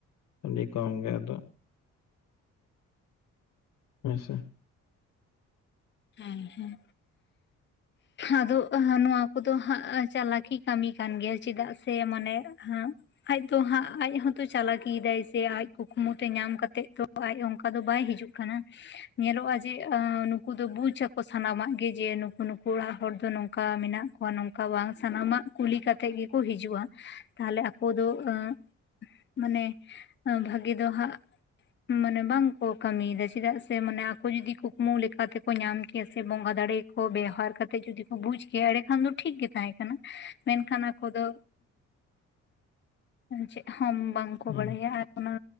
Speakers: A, on the left; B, on the left.
A: ᱟᱹᱰᱤ ᱠᱚᱢ ᱜᱮ ᱟᱫᱚ, ᱦᱳᱭ ᱥᱮ,
B: ᱦᱮᱸ ᱦᱮᱸ, ᱟᱫᱚ ᱱᱚᱣᱟ ᱠᱚᱫᱚ ᱦᱟᱸᱜ ᱪᱟᱞᱟᱠᱤ ᱠᱟᱹᱢᱤ ᱠᱟᱱ ᱜᱮᱭᱟ ᱪᱮᱫᱟᱜ ᱥᱮ ᱢᱟᱱᱮ ᱦᱟᱸᱜ ᱟᱡ ᱛᱚ ᱦᱟᱸᱜ ᱟᱡ ᱦᱚᱸᱛᱚ ᱪᱟᱞᱟᱠᱤ ᱫᱟᱭ ᱥᱮ ᱟᱡ ᱠᱩᱠᱢᱩ ᱛᱮ ᱧᱟᱢ ᱠᱟᱛᱮᱜ ᱛᱚ, ᱟᱡ ᱚᱱᱠᱟ ᱫᱚ ᱵᱟᱭ ᱦᱤᱡᱩᱜ ᱠᱟᱱᱟ ᱧᱮᱞᱚᱜᱼᱟ ᱡᱮ ᱟᱹᱻ ᱱᱩᱠᱩ ᱫᱚ ᱵᱩᱡ ᱟᱠᱚ ᱥᱟᱱᱟᱢᱟᱜ ᱜᱮ ᱡᱮ ᱱᱩᱠᱩ ᱱᱩᱠᱩ ᱚᱲᱟᱜ ᱦᱚᱲ ᱫᱚ ᱱᱚᱝᱠᱟ ᱢᱮᱱᱟᱜ ᱠᱚᱣᱟ ᱱᱚᱝ ᱱᱠᱟ ᱵᱟᱝ ᱥᱟᱱᱟᱢᱟᱜ ᱠᱩᱞᱤ ᱠᱟᱛᱮᱜ ᱜᱮᱠᱚ ᱦᱤᱡᱩᱜᱼᱟ ᱛᱟᱦᱞᱮ ᱟᱠᱚ ᱫᱚ ᱟᱹᱻ ᱢᱟᱱᱮ ᱵᱷᱟᱹᱜᱮ ᱫᱚ ᱦᱟᱸᱜ ᱢᱟᱱᱮ ᱵᱟᱝᱠᱚ ᱠᱟᱹᱢᱤᱭᱮᱫᱟ ᱪᱮᱫᱟᱜ ᱥᱮ ᱢᱟᱱᱮ ᱟᱠᱚ ᱡᱩᱫᱤ ᱠᱩᱠᱢᱩ ᱞᱮᱠᱟ ᱠᱟᱛᱮ ᱠᱚ ᱧᱟᱢ ᱠᱮᱭᱟ ᱥᱮ ᱵᱚᱸᱜᱟ ᱫᱟᱲᱮ ᱠᱚ ᱵᱮᱣᱦᱟᱨ ᱠᱟᱛᱮ ᱡᱩᱫᱤ ᱠᱚ ᱵᱩᱡ ᱠᱮᱭᱟ ᱮᱸᱲᱮᱠᱷᱟᱱ ᱫᱚ ᱴᱷᱤᱠ ᱜᱮ ᱛᱟᱦᱮᱸ ᱠᱟᱱᱟ ᱾ ᱢᱮᱱᱠᱷᱟᱱ ᱟᱠᱚ ᱫᱚ ᱪᱮᱫ ᱦᱚᱸ ᱵᱟᱝ? ᱠᱚ
A: ᱦᱩᱸ
B: ᱵᱟᱲᱟᱭᱟ ᱟᱨ, ᱚᱱᱟ